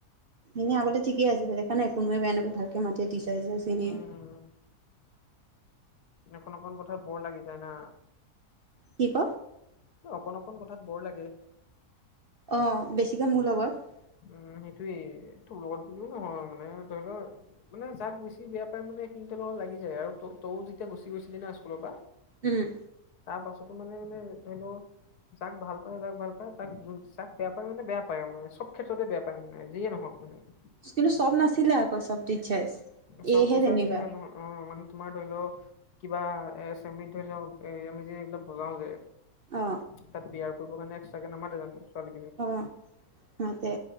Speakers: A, on the right; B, on the left.
A: এনেই আগতে ঠিক আছিলে দেখাাইোনোৱ বেয়ানকো ভাল মাতে িচাৰ চিচাৰ চিনিয়
B: উম কোনো অকণ কথাাত বৰ লাগি যায় না
A: কি ক
B: অকণ-অকণ কথাত বৰ লাগে।
A: অ বেছিকৈ মোৰ লগত
B: উম সেইটোয়েই তোৰ লগত বুলিও নহয় মানে ধৰি লও মানে যাক বেছি বেয়া পায় মানে সখিনি ত লগত লাগি যায় আৰু তও যেতিয়া গুচি গৈছিলি ন স্কুলৰ পৰা
A: উম
B: তাৰ পাছতো মানে মানে ধৰি লও যাক ভাল পায় যাক ভাল পায় তাক যাক বেয়া পায় মানে বেয়া পায় আৰু মানে চব ক্ষেত্ৰতে বেয়া পায় মানে যিয়ে নহওক মানে
A: কিন্তু চব নাছিলে আকৌ চব টিচাৰ্চ
B: চব
A: এহে
B: চিচাৰ
A: তেনেকুৱা
B: এনেকা নহয় অ' মানে তোমাৰ ধৰি লও, কিবা এ চেমিত ধৰি লওক এ আমি যে এইবিলাক বজাও যে তাত
A: অ
B: বিয়াৰ কৰিব কাৰণে একসট্ৰে নামাতে জানো ছোৱালী
A: অ মতে